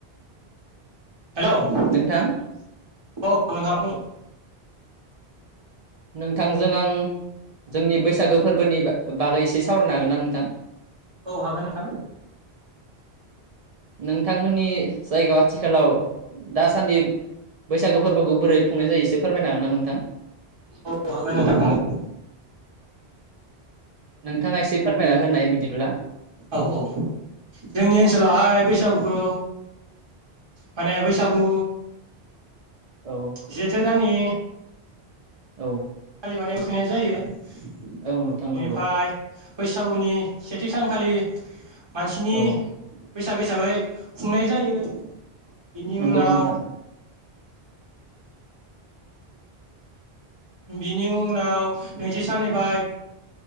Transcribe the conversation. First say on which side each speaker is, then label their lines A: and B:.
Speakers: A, on the right; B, on the right.
A: हेलौ औ
B: नोंथां
A: नोंथां बुं ।
B: नोंथांजों आं जोंनि बैसागो फोरबोनि बागै एसे सावरायनो हागोन ना नोंथां?
A: औ हागोन नोंथां
B: नोंथांमोननि जायगायाव आथिखालाव दासान्दि बैसागो फोरबोखौ बोरै खुंनाय जायो एसे फोरमायनो हागोन ना नोंथां?
A: औ हागोन नोथां हागोन।
B: नोंथाङा एसे फोरमायना होनाय बिदिब्ला।
A: औ औ जोंनि ओनसोलावहाय बैसागुखौ माने बैसागु
B: औ
A: जेथो दाननि
B: औ।
A: मानेगायनाय फुहैनाय जायो।
B: औ नोंथां
A: बेनिफ्राय
B: नोंगौ।
A: बैसागुनि सेथि सानखालि मानसिनि
B: औ
A: बैसाग हिसाबै खुंनाय जायो। बिनि
B: नंगौ
A: उनाव
B: नोंथां
A: बिनि उनाव नैथि साननिफाय